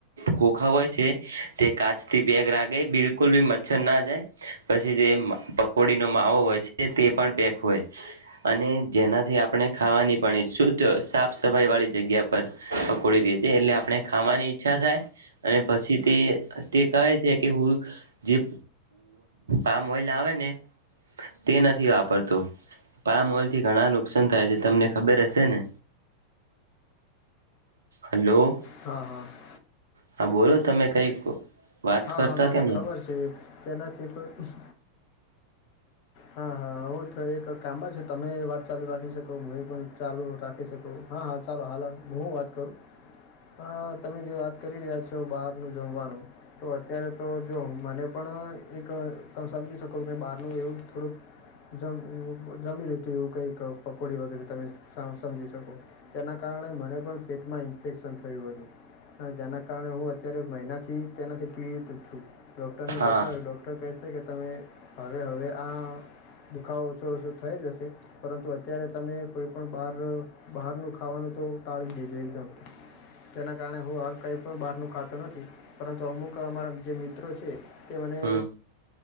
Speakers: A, on the right (about 70°); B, on the left (about 45°).
A: કોોખા હોય છે તે કાચથી પેગ રાાગે બિલકુલ બી મચ્છર ના જાય. પછી જે પકોડીનો માવો હોય છે તે પણ પેક હોય. અને જેનાથી આપણે ખાવાની પણ શુદ્ધ સાફ સફાઈવાળી જગ્યા પર. પકોડી વેચે એટલે આપણે ખાવાની ઈચ્છા થાય અને પછી તે તે કહે છે. કે હું જે પામ ઓઈલ આવે ને. તે નથી વાપરતો પા મોલ થી ઘણા નુકસાન થાય છે તમને ખબર હશે ને. <inaudible> હલો.
B: હા હા.
A: હા બોલો તમે કંઈક વાત.
B: હા
A: કરતા
B: હા મને
A: કેમ
B: ખબર છે તેના થી પણ. હા હા હું તો એક કામ જ તમે વાત ચાલુ રાખી શકો હ એ પણ ચાલુ રાખી શકું. હા હા ચાલો હાલો હું વાત કરું હા. તમે જે વાત કરી રહ્યા છો બહારનું જમવાનું. તો અત્યારે તો જોઓ મને પણ એક ત સમજી શકો મેં બહારનું એવું થોડુંક. જેમ જમી લીધું એવું કઈક પકોડી વગેરે તમે. સમજી શકો તેના કારણે મને પણ પેટમાં ઇન્ફેક્શન થયું હતું. હા જેના કારણે હું અત્યારે મહિનાથી તેનાથી. પીડિત છું ડોક્ટરને
A: હા
B: બતાવ્યો ડોક્ટર કહેશે કે તમે હવે હવે આ. દુખાવો ઓછો ઓછો થઈ રયો છે પરંતુ અત્યારે તમે કોઈ પણ બાર. બહારનું ખાવાનું તો ટાળી દેજો એકદમ. તેના કારણે હું હાલ કઈ પણ બહાર નું ખાતોું નથી પરંતુ અમુક. અમારા જે મિત્રો છે તે મને
A: હમ